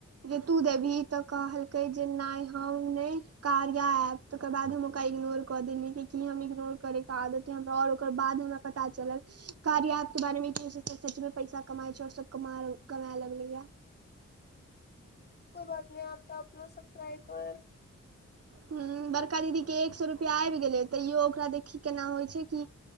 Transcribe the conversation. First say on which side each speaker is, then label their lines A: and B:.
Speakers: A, on the right (about 55°); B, on the left (about 35°).
A: जे तू देबही तऽ कहलकै जे नहि हम नय कार्या एप तकर बाद हम ओकरा इग्नोर कऽ देलियै कि की हम इग्नोर करयके आदत या हमरा ओकर बाद मे हमरा पता चलल कार्या एप के बारे मे कि अइसे तऽ सच मे पैसा कमाय छै आओर सब कमा कमाय लगलै ये।
B: कोइ बात नय आब तऽ अपनो सब ट्राई कए रह
A: हुँ बड़का दीदी के एक सौ रुपया आबि गेलै तैयो ओकरा देखही केना होइ छै कि